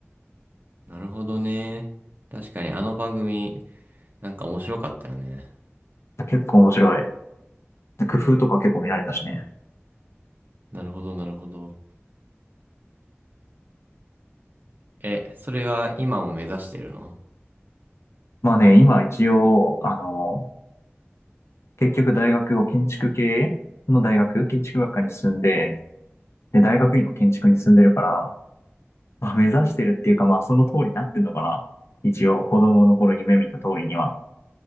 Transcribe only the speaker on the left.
結構面白い。で工夫とか結構見られたしね。
まあね、今一応、あの、結局大学を建築系の大学、建築学科に進んで、で、大学院も建築に進んでるから、まあ、目指してるっていうか、まあその通りになってんのかな。一応、子供の頃夢見た通りには